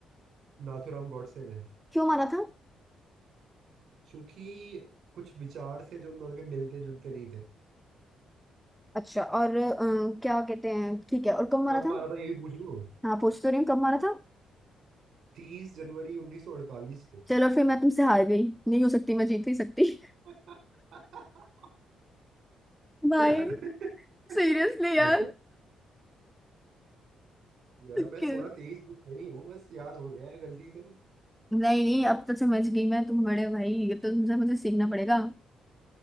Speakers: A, on the right; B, in the centre.
A: नाथूराम गॉडसे ने
B: क्यों मारा था
A: क्योंकि कुछ विचार से जो उन दोनों के मिलते जुलते नहीं थे
B: अच्छा और अ, क्या कहते हैं ठीक है और कब मारा
A: कब
B: था
A: मारा था ये भी पूछ लो
B: हाँ पूछ तो रही हूँ कब मारा था
A: तीस जनवरी उन्नीस सौ अड़तालीस को
B: चलो फिर मैं तुमसे हार गई नहीं हो सकती मैं जीत नहीं सकती
A: <laughs>
B: <laughs> भाई
A: यार <laughs>
B: सीरियसली यार
A: अरे यार मैं
B: कि-
A: थोड़ा तेज बुद्ध नहीं हूँ बस याद हो गया है गलती से
B: नहीं नहीं अब तो समझ गई मैं तुम बड़े भाई ये तो तुमसे मुझे सीखना पड़ेगा